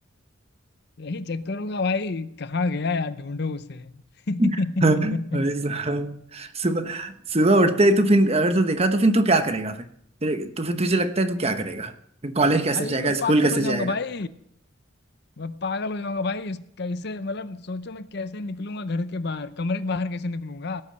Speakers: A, on the left; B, on the right.
A: यही चेक करूंगा भाई कहाँ गया यार ढूंढो उसे <laughs>
B: <laughs> हाँ, भाई साहब सुबह सुबह उठते ही तू फिर अगर तू देखा तो फिर तू क्या करेगा फिर तेरे- तो फिर तुझे लगता है तू क्या करेगा कॉलेज कैसे
A: भाई
B: जाएगा
A: मैं पागल
B: स्कूल कैसे
A: हो जाऊंगा
B: जाएगा
A: भाई मैं पागल हो जाऊंगा भाई इस कैसे मतलब सोचो मैं कैसे निकलूंगा घर के बाहर कमरे के बाहर कैसे निकलूंगा